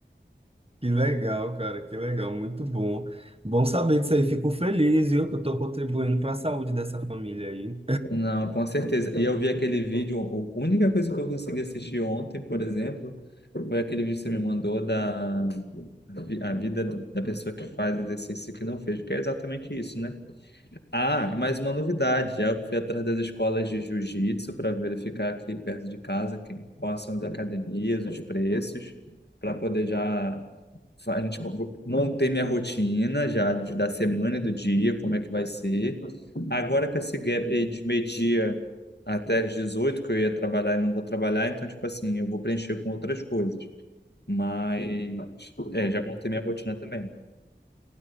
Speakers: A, on the right; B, on the left.
A: Que legal, cara, que legal. Muito bom. Bom saber disso aí. Fico feliz, viu, que eu tô contribuindo para a saúde dessa família aí.
B: Não, com certeza. E eu vi aquele vídeo, a única coisa que eu consegui assistir ontem, por exemplo. Foi aquele vídeo que você me mandou da a vi- a vida do- da pessoa que faz exercício e que não fez, que é exatamente isso, né? Ah, e mais uma novidade. Já fui atrás das escolas de jiu-jitsu para verificar aqui perto de casa quem, quais são as academias, os preços, para poder já fa- a gente vou- montei minha rotina já de- da semana e do dia, como é que vai ser. Agora com esse gap aí de meio-dia até as 18 que eu ia trabalhar e não vou trabalhar, então tipo assim, eu vou preencher com outras coisas. Mas é, já montei minha rotina também.